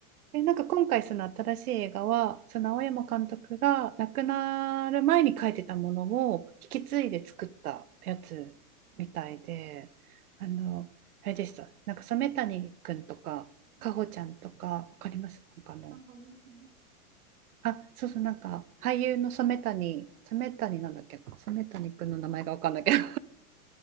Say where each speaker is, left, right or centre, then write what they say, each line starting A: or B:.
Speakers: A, on the right (about 60°); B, on the right (about 80°).
A: うん
B: で、なんか今回その新しい映画は、その青山監督が亡くなる前に書いてたものを引き継いで作ったやつみたいで、
A: うんうん
B: あの、あれでした。なんか染谷くんとか、
A: うん
B: かほちゃんとか、わかりますなんかあの、
A: あ、俳優さん。
B: あ、そうそう、なんか、俳優の染谷、染谷なんだっけな、染谷くんの名前がわかんないけど。